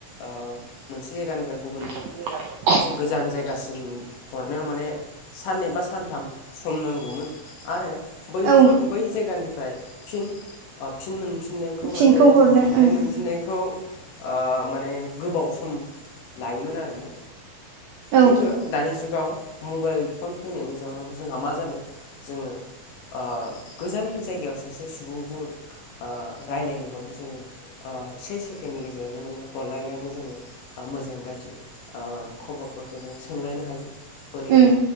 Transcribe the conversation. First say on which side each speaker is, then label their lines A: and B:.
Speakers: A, on the left (about 80°); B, on the right (about 80°).
A: ओ मोनसे जायगानिफ्राय गुबुन।
B: <inaudible>
A: मोनसे गोजान जायगासिम हरनायाव माने साननै बा सानथाम सम नांगौमोन। आरो बै
B: औ
A: बै जायगानिफ्राय फिन फिन मोनफिननायखौ
B: फिनखौ
A: माने
B: हरनो
A: फिननाय
B: उम
A: मोनफिननायखौ ओ माने गोबाव सम लायोमोन आरोना।
B: औ
A: खिन्थु दानि जुगाव मबाइल फन फैनायनि जााहोनाव जोंहा मा जादों। जोङो ओ गोजान जायगायाव सासे सुबुंजों ओ राय्लायनोबाबो जोङो ओ से सेकेडनि गेजेरावनो माने हरलायनानै जोङो ओ मोजां गाज्रि खबरफोरखौ जों सोंलायनो हायो बोरै
B: उम
A: दङ